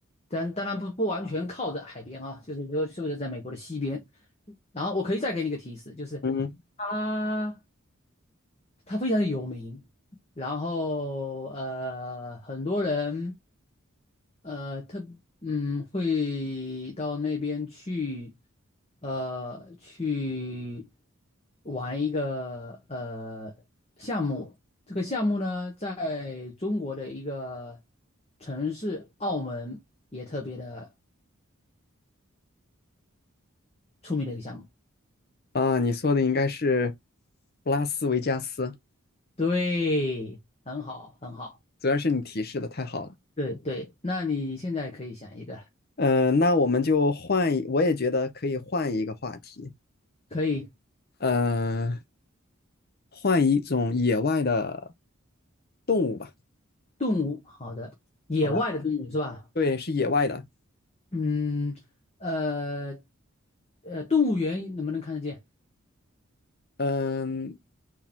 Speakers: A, on the left; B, on the left.
A: 但当然不不完全靠着海边啊，就是说是不是在美国的西边？然后我可以再给你一个提示，就是它
B: 嗯，
A: 它非常的有名，然后呃，很多人。呃，特嗯，会到那边去，呃，去玩一个呃项目。这个项目呢，在中国的一个城市澳门也特别的出名的一个项目。
B: 啊，你说的应该是拉斯维加斯，
A: 对，很好，很好。
B: 主要是你提示的太好了。
A: 对对，那你现在可以想一个，
B: 嗯，那我们就换一，我也觉得可以换一个话题，
A: 可以
B: 嗯，换一种野外的动物吧。
A: 动物，好的，野外的动物是吧？
B: 好的，对，是野外的。
A: 嗯，呃，呃，动物园能不能看得见？
B: 嗯、